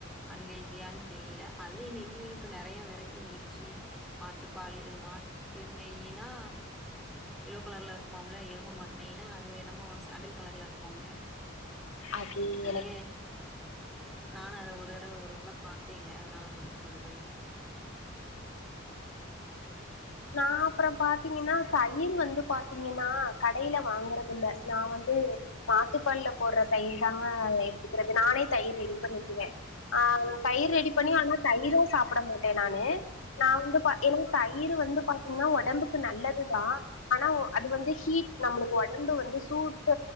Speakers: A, in the centre; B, on the left.
A: அன் ஹெல்த்தியானு தெரியல அதுலயு நெய்யிலயு இப்ப நெறையா வெரைட்டி வந்துருச்சு ஆட்டுப்பாலு மாட்டு நெய்யினா எல்லோ கலர்ல இருக்குமாம்ல எருமா மாட்டு நெய்னா அது என்னமோ சாண்டில் கலர்ல இருக்குமாம்ல
B: அது
A: அதே
B: எனக்கு
A: நானு அத ஒர் தோட ஒரு இதல பாத்தேங்க அதனால உங்கள்ட்ட சொல்றே
B: நா அப்பற பாத்தீங்கனா தயிரு வந்து பாத்தீங்கனா கடைல வாங்குறதில்ல நா வந்து மாட்டு பால்ல போட்ற தயிரு தாங்க எடுத்துக்கிறது நானே தயிர் ரெடி பண்ணிக்குவே ஆ தயிர் ரெடி பண்ணி ஆனா தயிரா சாப்ட மாட்டே நானு நா வந்து இப்ப ஏனா தயிரு வந்து பாத்தீங்கனா ஒடம்புக்கு நல்லதுதா ஆனா அது வந்து ஹீட் நம்மளுக்கு ஒடம்பு வந்து சூட்ட